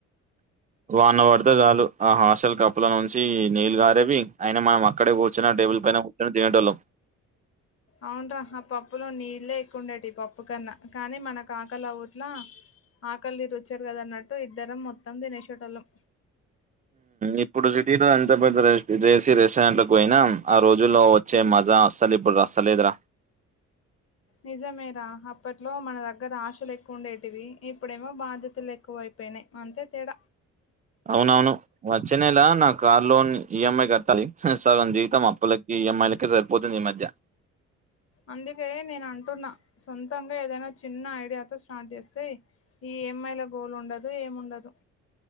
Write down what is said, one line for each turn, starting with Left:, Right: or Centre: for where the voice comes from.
Right: <inaudible> వాన పడితే చాలు ఆ హాస్టల్ కప్పుల నుంచి నీళ్లు గారేవి అయిన మనం అక్కడే కూర్చునట్టు టేబుల్ పైన కూర్చుని తినేటోల్లం
Left: అవున్రా ఆ పప్పులో నీళ్లే ఎక్కువ ఉండేటివి పప్పు కన్నా కానీ మన కాకల ఊట్లా ఆకలి రుచి ఎరగదు అన్నట్టు ఇద్దరం మొత్తం తినేషెట్టోల్లం
Right: ఇప్పుడు సిటీలో ఎంత పెద్ద జేసీ రెస్టారెంట్ లో పోయినా ఆ రోజుల్లో వచ్చే మా మజా వస్తది ఇప్పుడు వస్తలేద్ర
Left: నిజమేరా అప్పట్లో మన దగ్గర ఆశలు ఎక్కువ ఉండేటివి ఇప్పుడేమో బాధ్యతలు ఎక్కువై పోనై అంతే తేడ
Right: అవునవును వచ్చే నెల నా కార్ లోన్ ఈఎంఐ కట్టాలి సగం జీతం అప్పులకి ఈఎంఐ లకే సరిపోతుంది ఈ మధ్య <inaudible>
Left: అందుకే నేను అంటున్నా సొంతంగా ఏదైనా చిన్న ఐడియాతో స్టార్ట్ చేస్తే ఈ ఈ యం ఐ ల గోడు ఉండదు ఏముండదు